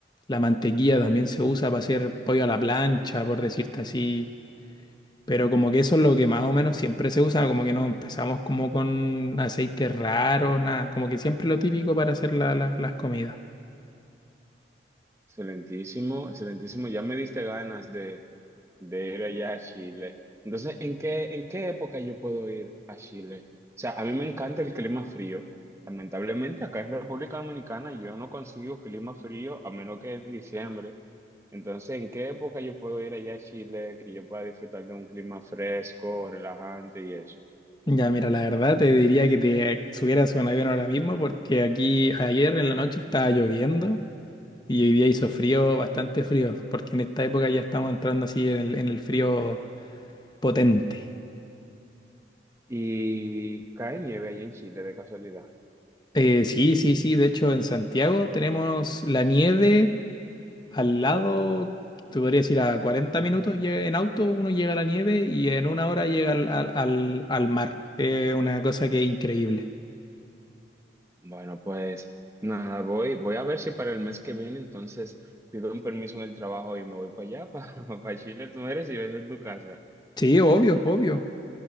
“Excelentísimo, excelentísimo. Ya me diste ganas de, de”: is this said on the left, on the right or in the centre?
Right